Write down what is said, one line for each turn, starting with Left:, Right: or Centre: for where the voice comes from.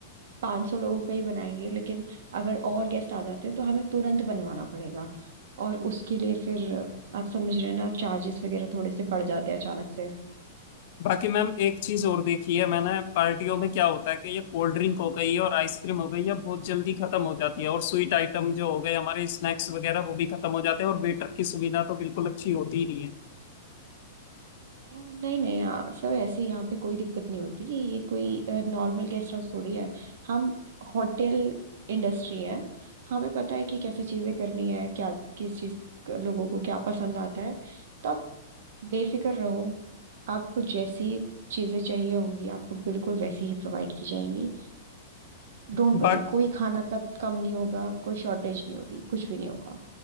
Right: 500 लोगों का ही बनाएंगे लेकिन अगर और गेस्ट आ जाते हैं तो हमें तुरंत बनवाना पड़ेगा और उसके लिए फिर आप समझ रहे हैं ना चार्जेस वगैरह थोड़े से बढ़ जाते हैं अचानक से
Left: बाकी मैम एक चीज और देखी है मैंने पार्टियों में क्या होता है कि ये कोल्ड ड्रिंक हो गई और आइसक्रीम हो गई ये बहुत जल्दी खत्म हो जाती है और स्वीट आइटम जो हो गए हमारे स्नैक्स वगैरह वो भी खत्म हो जाते हैं और वेटर की सुविधा तो बिल्कुल अच्छी होती ही नहीं है
Right: आ, नहीं नहीं आ, सर ऐसे यहाँ पे कोई दिक्कत नहीं होती ये कोई नॉर्मल गेस्ट हाउस थोड़ी है हम होटल इंडस्ट्री है हमें पता है कि कैसे चीजें करनी है क्या किस चीज क- लोगों को क्या पसंद आता है तो आप बेफिक्र रहो आपको जैसी चीजें चाहिए होंगी आपको बिल्कुल वैसी ही प्रोवाइड की जाएंगी डोंट
Left: बा,
Right: वरी कोई खाना का कम नहीं होगा कोई शॉर्टेज नहीं होगी कुछ भी नहीं होगा